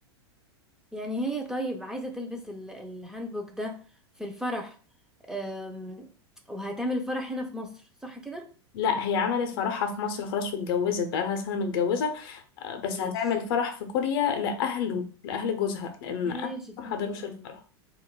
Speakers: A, in the centre; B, on the left.
A: يعني هي طيب عايزة تلبس ال- الهاندبوك ده في الفرح أم، وهتعمل الفرح هنا في مصر صح كده؟
B: لا هي عملت فرحها في مصر خلاص واتجوزت بقى لها سنة متجوزة آه، بس
A: ماشي
B: هتعمل فرح في كوريا لأهله لأهل جوزها لأن
A: ماشي
B: أهله ما
A: فهمت
B: حضروش
A: اه
B: الفرح